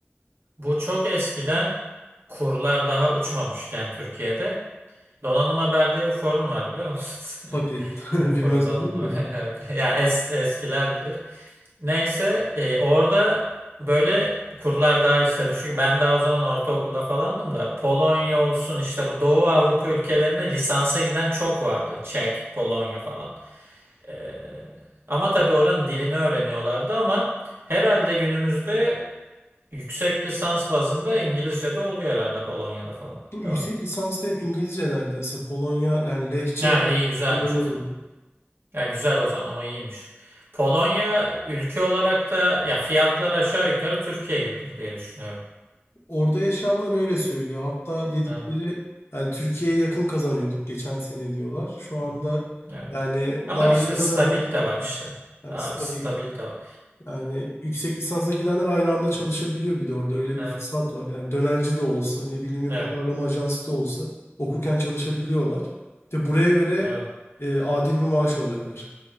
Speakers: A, on the right; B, on the left.
A: Bu çok eskiden kurlar daha uçmamışken Türkiye'de Donanım Haber diye bir forum var biliyor musun?
B: Tabii
A: <laughs>
B: <laughs> bilmez
A: Forum Donanım
B: olur muyum?
A: Haber. <laughs> Evet. Ya es, eskiler bilir. Neyse e, orada böyle kurlar daha işte düşük. Ben daha o zaman ortaokulda falandım da Polonya olsun işte bu Doğu Avrupa ülkelerine lisansa giden çok vardı. Çek, Polonya falan. Ee, ama tabii oranın dilini öğreniyorlardı ama herhalde günümüzde yüksek lisans bazında İngilizce de oluyor herhalde Polonya'da falan.
B: Yüksek
A: Değil mi?
B: lisansta hep İngilizce neredeyse. Polonya yani lehçe
A: Ha iyi güzelmiş
B: görmedim.
A: o zaman. Ya güzel o zaman o iyiymiş. Polonya ülke olarak da ya fiyatlar aşağı yukarı Türkiye gibidir diye düşünüyorum.
B: Orada yaşayanlar öyle söylüyor. Hatta dedikleri
A: Evet.
B: yani Türkiye'ye yakın kazanıyorduk geçen sene diyorlar. Şu anda
A: Hı hı. Evet.
B: yani
A: Ama
B: daha
A: işte
B: iyi kazanıyoruz
A: stabilite
B: da yani,
A: var işte.
B: Yani
A: Daha
B: stabil.
A: bir stabilite var.
B: Yani yüksek lisansa gidenler aynı anda çalışabiliyor
A: Evet.
B: bir de orada öyle
A: Evet.
B: bir fırsat var. Yani dönerci de olsa ne bileyim bir
A: Evet.
B: pazarlama ajansı da olsa okurken çalışabiliyorlar. İşte buraya göre
A: Evet.
B: e, adil bir maaş alıyorlar.